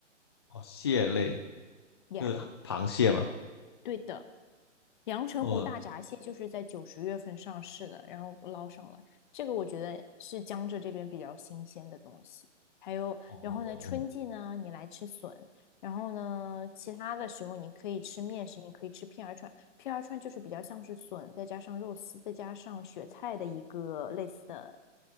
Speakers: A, on the left (about 20°); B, on the left (about 40°).
A: 哦，蟹类，
B: 呀。
A: 就是螃蟹嘛。
B: 对的，阳澄湖大闸蟹就是在九十月份上市的，
A: 哦
B: 然后捞上来，这个我觉得是江浙这边比较新鲜的东西。还有，
A: 哦
B: 然后呢，春季呢，你来吃笋，然后呢，其他的时候你可以吃面食，你可以吃片儿串，片儿串就是比较像是笋，再加上肉丝，再加上雪菜的一个类似的。